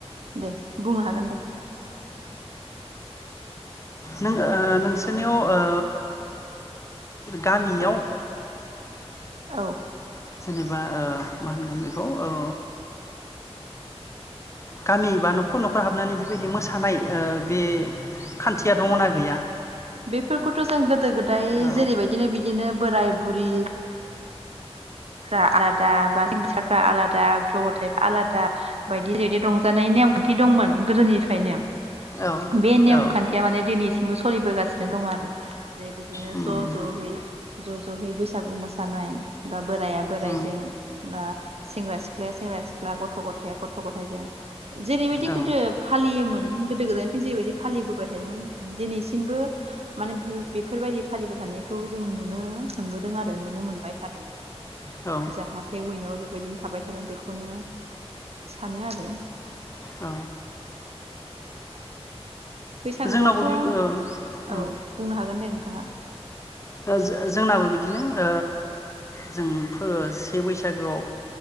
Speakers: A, on the right (about 70°); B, on the left (about 25°).
A: दे बुंनो हागोन दे।
B: नों ओ नोंसोरनियाव ओ। गामियाव।
A: औ औ।
B: जेनेबा ओ मा होनगोन बेखौ औ। गामि बा न'खर न'खर हाबनानै बेबायदि मोसानाय ओ बे। खान्थिया दङ
A: औ
B: ना गैया?
A: बेफोरखौथ' जों गोदो गोदाय
B: औ
A: जेरैबायदिनो बिदिनो दिनो बोराय बुरि फ्रा आलादा बा सेंग्रा सिख्लाफ्रा आलादा गथ' गथाइफ्रा आलादा बायदि ओरैदि रंजानाय नेम खान्थि दंमोन गोदोनिफ्रायनो।
B: औ
A: बे नेम
B: औ
A: खान्थिया माने दिनैसिम बो सलिबोगासिनो दं आरो जे बिदिनो
B: उम
A: ज' जयै ज' जयै बैसागु मोसानाय बा बोराइाया बोराइजों
B: उम
A: बा सेंग्रा सिख्लाया सेंग्रा सिख्ला गथ' गथाइया गथ' गथाइजों जेरैबायदि
B: औ
A: गोदो फालियोमोन गोदो गोदायनिफ्रायनो जेरैबायदि फालिबोबाय थादोंमोन दिनैसिमबो माने बो बेफोरबायदि फालिबाय थानायखौ जों नुनो मोनबोदों आरो नुनो मोनबाय थादों।
B: औ
A: जाहाथे उइनावबो बेबायदिनो थाबाय थागोन बेखौनो सानो आरो।
B: औ
A: बैसागुआवथ'
B: जोंनावबो
A: औ
B: बे ओ उम
A: बुंनो हागोन दे नों बा
B: ओ जो-जोंनाबो बिदिनो ओ जोंफोरो से बैसागोआव